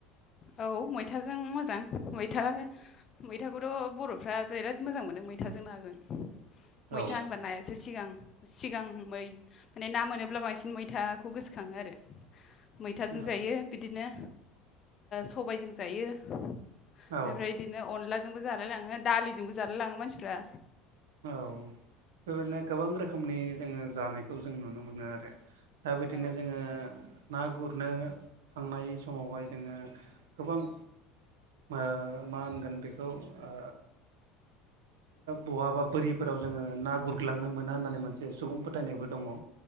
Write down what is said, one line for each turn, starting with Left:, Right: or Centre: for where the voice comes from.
Left: औ मैथाजों मोजां मैथा मैथाखौथ' बर'फ्रा जराद मोजां मोनो मैथाजों नाजों मैथा
Right: औ
Left: होनबा नायासो सिगां सिगां माने ना मोनोब्ला बांसिन मैथा खौ गोसोखाङो आरो मैथाजों
Right: औ
Left: जायो बिदिनो सबायजों जायो ओमफ्राय
Right: औ
Left: बिदिनो अनलाजोंबो जालायलाङो दालिजोंबो जालायलाङो मानसिफ्रा
Right: औ बेबायदिनो गोबां रोखोमनि जोङो जानायखौ जों नुनो मोनो आरो दा बिदिनो
Left: औ
Right: जोङो ना गुरनो थांनाय समावहाय जोङो गोबां आ मा होनगोन बेखौ आ बहाबा बोरिफोराव जोङो ना गुरग्लांनो मोना होननानै मोनसे सुबुं फोथायनायबो दङ